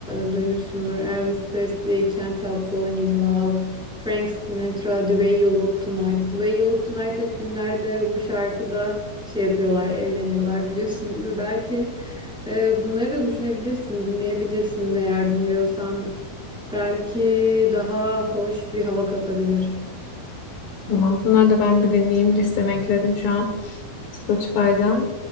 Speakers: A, in the centre; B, on the left.
A: e, duymuşsundur. Elvis Presley, Can't Help Falling in Love. Frank Sinatra, The Way You Look Tonight. The Way You Look Tonight hep filmlerde bu şarkıda şey yapıyorlar, evleniyorlar biliyorsun değil mi? Belki Ee, bunları da düşünebilirsin, dinleyebilirsin de eğer bilmiyorsan. Belki daha hoş bir hava katabilir.
B: Tamam. Bunları da ben bir dinleyeyim. Listeme ekledim şu an. Spotify'dan.